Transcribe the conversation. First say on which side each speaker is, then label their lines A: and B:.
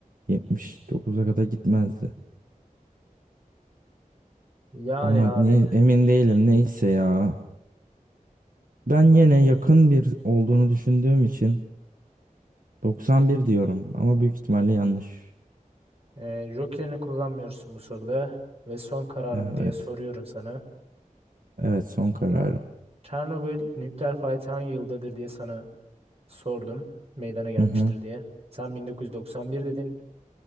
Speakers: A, on the right; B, on the right.
A: 79'a kadar gitmezdi.
B: Yani
A: Ama
B: abi
A: ne, emin değilim neyse ya. Ben yine yakın bir olduğunu düşündüğüm için 91 diyorum ama büyük ihtimalle yanlış.
B: e, Joker'ini kullanmıyorsun bu soruda ve son kararım
A: Evet.
B: diye soruyorum sana.
A: Evet son kararım.
B: Çernobil nükleer felaketi hangi yıldadır diye sana sordum meydana gelmiştir
A: Hı hı.
B: diye. Sen 1991 dedin.